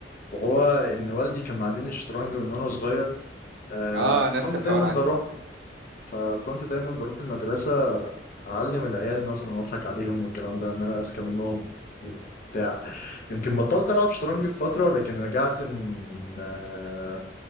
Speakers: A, on the left; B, on the right.
A: وهو ان والدي كان معلمني الشطرنج من وانا صغير آه
B: اه
A: فكنت
B: نفس الحوار
A: دايما
B: عندي
A: بروح فكنت دايما بروح المدرسه اعلم العيال مثلا واضحك عليهم والكلام ده ان انا اذكى منهم بتاع يمكن بطلت العب شطرنج في فتره لكن رجعت من آه،